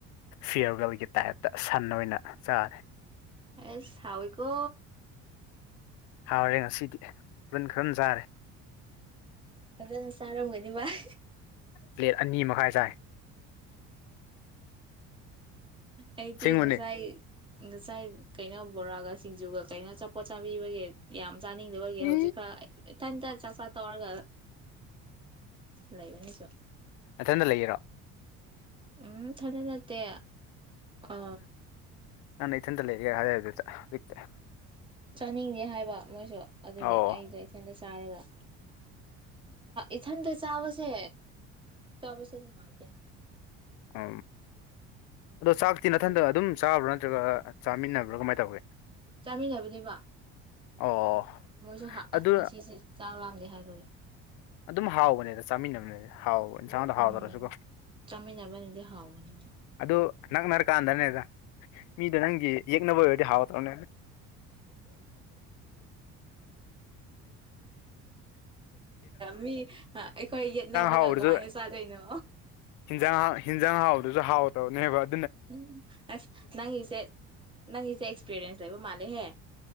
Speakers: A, on the left (about 75°); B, on the right (about 15°).
A: ꯐꯤꯌꯔꯒꯜꯒꯤ ꯇꯥꯏꯞꯇ ꯁꯟ ꯑꯣꯏꯅ ꯆꯥꯔꯦ
B: ꯑꯦꯁ ꯍꯥꯎꯏꯀꯣ
A: ꯍꯥꯎꯔꯦ ꯉꯁꯤꯗꯤ ꯑꯗꯨꯟ ꯈꯔ ꯆꯥꯔꯦ
B: ꯐꯖꯅ ꯆꯥꯔꯝꯒꯅꯤ ꯚꯏ
A: ꯄ꯭ꯂꯦꯠ ꯑꯅꯤ ꯃꯈꯥꯏ ꯁꯥꯏ
B: ꯑꯩꯗꯤ
A: ꯑꯁꯦꯡꯕꯅꯦ
B: ꯉꯁꯥꯏ ꯉꯁꯥꯏ ꯀꯩꯅꯣ ꯕꯣꯔꯥꯒ ꯁꯤꯡꯖꯨꯒ ꯀꯩꯅꯣ ꯆꯆꯥꯄꯣꯠ ꯆꯥꯕꯤꯕꯒꯤ ꯌꯥꯝ ꯆꯥꯅꯤꯡꯗꯕꯒꯤ
A: ꯏ
B: ꯍꯧꯖꯤꯛ ꯈ ꯏꯊꯟꯇ ꯆꯥꯛ ꯆ ꯇꯧꯔꯒ ꯂꯩꯕꯅꯤ ꯆ
A: ꯃꯊꯟꯇ ꯂꯩꯌꯦꯔꯣ
B: ꯎꯝ ꯊꯔꯅꯇ ꯑ
A: ꯅꯥꯟ ꯏ ꯆꯟꯇ ꯂꯩꯦꯒ ꯍꯥꯏꯦ ꯑꯣꯏꯔꯠꯇ ꯇꯦ
B: ꯆꯥꯅꯤꯡꯗꯦ ꯍꯥꯏꯕ ꯃꯣꯏꯁꯨ ꯑꯗꯨꯒꯤ
A: ꯑꯧ
B: ꯑꯩꯗꯣ ꯏꯊꯟꯗ ꯆꯥꯔꯒ ꯏꯊꯟꯇ ꯆꯥꯕꯁꯦ ꯆꯥꯕꯁꯦ ꯅꯨꯡꯉꯥꯏꯇꯦ
A: ꯑ ꯑꯗꯣ ꯆꯥꯛꯇꯤ ꯅꯊꯟꯗ ꯑꯗꯨꯝ ꯆꯥꯕ꯭ꯔꯥ ꯅꯠꯇ꯭ꯔꯒ ꯆꯥꯃꯤꯟꯅꯕ꯭ꯔꯥ ꯀꯃꯥꯏꯅ ꯇꯧꯒꯦ
B: ꯆꯥꯃꯤꯟꯅꯕꯤꯅꯦꯕ
A: ꯑꯣ
B: ꯃꯣꯏꯁꯨ
A: ꯑꯗꯨ
B: ꯉꯁꯤꯁꯦ ꯆꯥꯡ ꯂꯥꯝꯗꯦ ꯍꯥꯏꯕꯒꯤ
A: ꯑꯗꯨꯝ ꯍꯥꯎꯕꯅꯦꯗ ꯆꯥꯃꯤꯟꯅꯕꯅꯦ ꯍꯥꯎꯕ ꯏꯟꯁꯥꯡꯗ
B: ꯎꯝ
A: ꯍꯥꯎꯗꯔꯁꯨꯀꯣ
B: ꯆꯥꯃꯤꯟꯅꯕꯅꯗꯤ ꯍꯥꯎꯕꯅꯤꯅ
A: ꯑꯗꯨ ꯅꯛꯅꯔꯀꯥꯟꯗꯅꯦꯗ ꯃꯤꯗꯣ ꯅꯪꯒꯤ ꯌꯦꯛꯅꯕ ꯑꯣꯏꯔꯗꯤ ꯍꯥꯎꯇ꯭ꯔꯣꯅꯦ <inaudible>
B: ꯃꯤ ꯑꯩꯈꯣꯏ ꯌꯦꯠꯅꯕꯒ
A: ꯍꯥꯎꯕꯗꯁꯨ
B: ꯀꯃꯥꯏꯅ ꯆꯥꯗꯣꯏꯅꯣ
A: ꯍꯤꯟꯖꯥꯡ ꯍꯤꯟꯖꯥꯡ ꯍꯥꯎꯕꯗꯨꯁꯨ ꯍꯥꯎꯗꯕꯅꯦꯕ
B: ꯎꯝ ꯑꯁ ꯅꯪꯁꯦ ꯅꯪ ꯏꯁꯦ ꯑꯦꯛꯁꯄꯤꯦꯔꯤꯌꯦꯟꯁ ꯂꯩꯕ ꯃꯥꯂꯦ ꯍꯦ